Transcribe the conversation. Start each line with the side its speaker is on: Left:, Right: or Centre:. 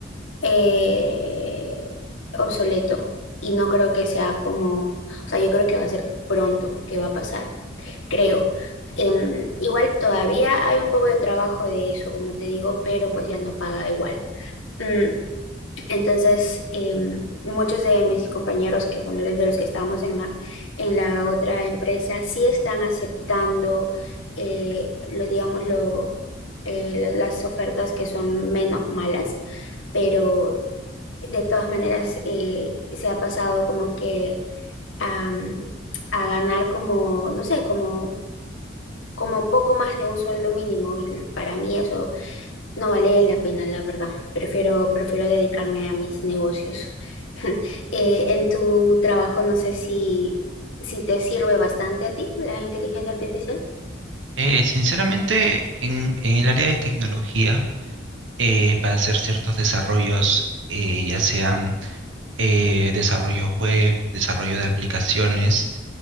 Left: eh, obsoleto y no creo que sea como, o sea, yo creo que va a ser pronto que va a pasar, creo. Em, igual todavía hay un poco de trabajo de eso, como te digo, pero pues ya no paga igual. Mm, entonces, eh, muchos de mis compañeros que, bueno, de los que estábamos en la, en la otra empresa, sí están aceptando, eh, lo, digamos, lo, eh, la- las ofertas que son menos malas, pero de todas maneras eh, se ha pasado como que am, a ganar como, no sé, como, como poco más de un sueldo mínimo y para mí eso no vale la pena, la verdad. Prefiero, prefiero dedicarme a mis negocios. <laughs> Eh, en tu trabajo, no sé si, si te sirve bastante a ti la inteligencia artificial.
Right: Eh, sinceramente, en en el área de tecnología, eh, para hacer ciertos desarrollos, eh, ya sean eh, desarrollos web, desarrollo de aplicaciones